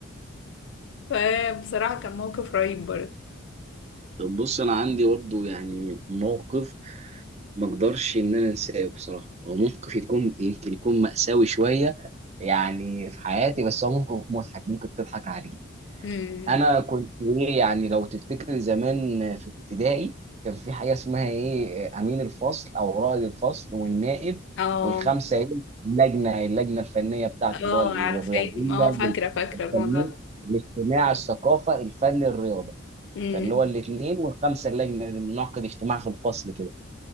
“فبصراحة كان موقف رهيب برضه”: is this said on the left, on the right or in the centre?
Left